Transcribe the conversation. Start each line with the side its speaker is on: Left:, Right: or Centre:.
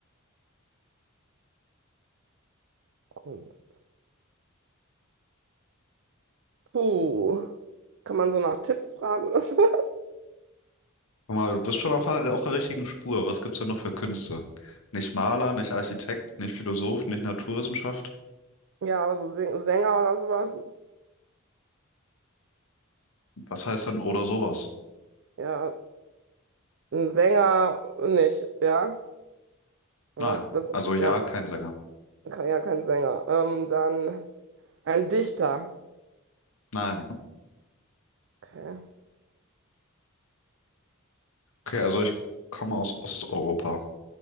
Right: Kunst. Puh. Kann man so nach Tipps fragen oder <laughs> sowas?
Left: Guck mal, du bist schon auf der, auf der richtigen Spur. Was gibt's denn noch für Künste? Nicht Maler, nicht Architekt, nicht Philosoph, nicht Naturwissenschaft.
Right: Ja, aber so Sing- Sänger oder sowas?
Left: Was heißt denn oder sowas?
Right: Ja, ein Sänger nicht, ja? Oder
Left: Nein.
Right: was?
Left: Also ja,
Right: Nein,
Left: kein Sänger.
Right: ke- ja, kein Sänger. Ähm, dann ein Dichter.
Left: Nein.
Right: Okay.
Left: Okay, also ich komme aus Osteuropa.